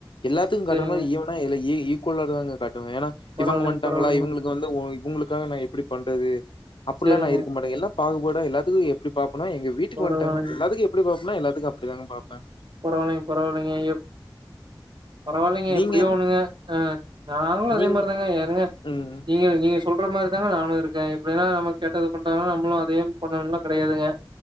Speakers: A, on the left (about 80°); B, on the right (about 65°).
A: எல்லாத்துக்கும்
B: சேரிங்க
A: காட்ற மாரி ஈவனா ஈவ் கொள்ளறதாங்க காய் ஏன்னா
B: பரவாயில்லைங்க
A: இவுங்க வன்டாங்களா
B: பரவாயில்லைங்க
A: இவுங்களுக்கு வந்து இவுங்களுக்காக நான் எப்டி பண் அது அப்டிலாம்
B: சேரிங்க
A: நான் இருக்க மாட்டேங்க பாகுபாடே எல்லாத்துக்கும் எப்டி பாப் ஆனா எங்க வீட்டுக்கு
B: பரவாயில்லைங்க
A: வந்டேங்க எல்லாத்துக்கு எப்டி பாஸ் நா எல்லாத்துக்கும் அப்டிதாங்க பாப்பேன்
B: பரவாயில்லைங்க பரவாயில்லைங்க எப் பரவாயில்லைங்க
A: நீங்க
B: எப்டியோ ஒண்ணுங்க அஹ நாங்களும்
A: நீங்
B: அதே மாரிதாங்க ஏனுங்க
A: ம். ம்.
B: நீங்க நீங்க சொல்ற மாரிதாங்க நானும் இருக்கேன் இப்டின்னா நம்ம கேட்டது பண்றாங்கன்னா நம்மளும் அதையும் பண்ணணும்லாம் கெடையாதுங்க